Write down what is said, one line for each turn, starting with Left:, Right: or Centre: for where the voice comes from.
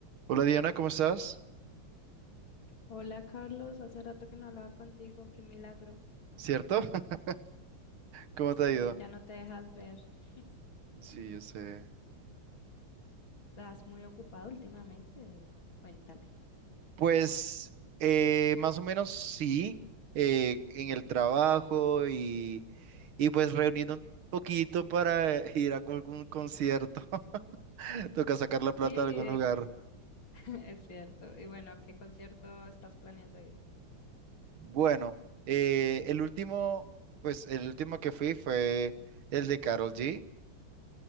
Right: Hola Diana, ¿cómo estás?
Left: Hola Carlos, hace rato que no hablaba contigo, qué milagro.
Right: ¿Cierto? <laughs> ¿Cómo
Left: Sí,
Right: te ha ido?
Left: ya no te dejas ver. <laughs>
Right: Sí, yo sé.
Left: ¿Estás muy ocupado últimamente o cuéntame?
Right: Pues eh, más o menos sí, eh, en el trabajo y, y pues reuniendo un poquito para eh, ir a algún concierto. <laughs> Toca sacar la plata
Left: Sí, eh,
Right: de algún lugar.
Left: <laughs> es cierto. Y bueno, ¿a ¿qué concierto estás planeando ir?
Right: Bueno, eh, el último, pues el último que fui fue el de Carol G.